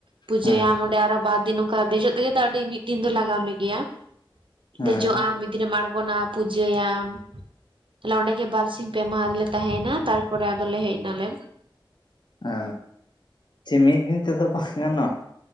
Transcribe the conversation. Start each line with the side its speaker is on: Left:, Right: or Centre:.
Right: ᱯᱩᱡᱟᱹᱭᱟᱢ
Left: ᱦᱮᱸ
Right: ᱚᱸᱰᱮ ᱟᱨᱚ ᱵᱟᱨ ᱫᱤᱱ ᱠᱟ ᱫᱮᱡᱚᱜ ᱛᱮᱜᱮ ᱛᱚ ᱟᱹᱰᱤ ᱢᱤᱫ ᱫᱤᱱ ᱫᱚ ᱞᱟᱜᱟᱣ ᱢᱮᱜᱮᱭᱟ᱾
Left: ᱦᱮᱸ
Right: ᱫᱮᱡᱚᱜᱼᱟᱢ ᱫᱤᱱᱟ ᱟᱲᱜᱚᱱᱟ ᱯᱩᱡᱭᱟᱟᱢ ᱛᱟᱦᱠᱮ ᱚᱸᱰᱮ ᱜᱮ ᱵᱟᱨᱥᱤᱧ ᱯᱮ ᱢᱟᱦᱟ ᱨᱮᱞᱮ ᱛᱟᱦᱮᱸᱭᱮᱱᱟ ᱛᱟᱨᱯᱚᱨᱮ ᱟᱫᱚᱞᱮ ᱦᱮᱡ ᱱᱟᱞᱮ᱾
Left: ᱦᱮ ᱪᱮ ᱢᱤᱫ ᱫᱤᱱ ᱛᱮᱫᱚ ᱵᱟᱝ ᱜᱟᱱᱚᱜᱼᱟ᱾